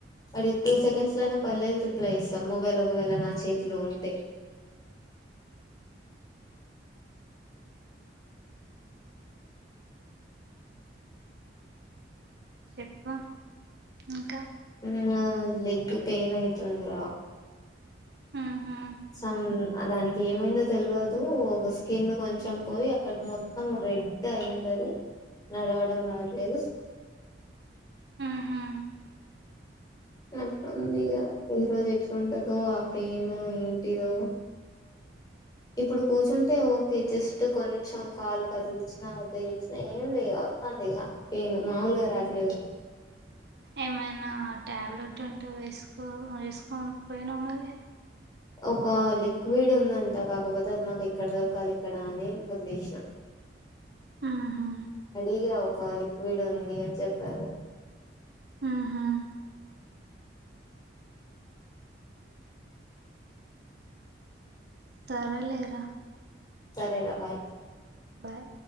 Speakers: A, on the left; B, on the right.
A: అదే టూ సెకండ్స్ లో అయినా పర్లేదు రిప్లై ఇస్తాం మొబైల్ ఒకవేళ నా చేతిలో ఉంటే
B: చెప్పు ఇంకా
A: హ్మ్ లేగ్ పైయిన్ యితుంద్ర
B: ఉహు
A: సమ్ దానికి ఏమైందో తెలియదు ఒక స్కిన్ కొంచెం పోయి అక్కడ మొత్తం రెడ్ అయింది అది నడవడం రాట్లేదు
B: ఉహు
A: మంటగా ఉందిగా ఈ రోజు ఎట్లుంతాడ్దో ఆ పెయిన్ ఏంటిదో ఇప్పుడు కూర్చుంటే ఓకే జస్ట్ కొంచెం కాలు కదిలిచ్చినా అట్లా చేస్న ఏం లేదు ఉందిగా పేన్ మామూలుగా రాటలేదు
B: ఏమైనా టాబ్లెట్ ఉంటే వేసుకో వేసుకోం పోయినా మరి
A: ఒక లిక్విడ్ ఉందంట కాకపోతే అది నాకు ఎక్కడ దొరకాలి ఇక్కడ అని వదిలేస్న
B: ఉహు
A: అడిగా ఒక లిక్విడ్ ఉంది అని చెప్పారు
B: ఉహు సరే లేరా
A: సరేరా బాయ్
B: బాయ్